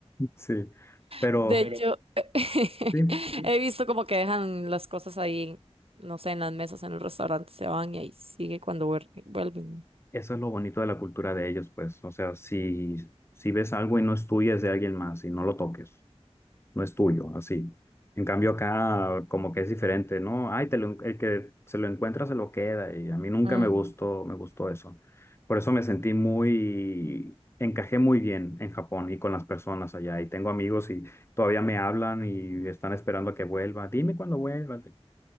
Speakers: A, on the left; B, on the right.
A: Sí. Pero
B: De Pero hecho, <laughs>
A: Sí.
B: he visto como que dejan las cosas ahí, en, no sé, en las mesas, en el restaurante, se van y ahí sigue cuando vuel- vuelven.
A: eso es lo bonito de la cultura de ellos, pues, o sea, si si ves algo y no es tuyo, es de alguien más y no lo toques. no es tuyo, así. En cambio acá como que es diferente, ¿no? Ay, te lo el que se lo encuentra se lo queda y a mí nunca
B: Ujú.
A: me gustó, me gustó eso. Por eso me sentí muy, encajé muy bien en Japón y con las personas allá y tengo amigos y todavía me hablan y están esperando a que vuelva. Dime cuándo vuelvas.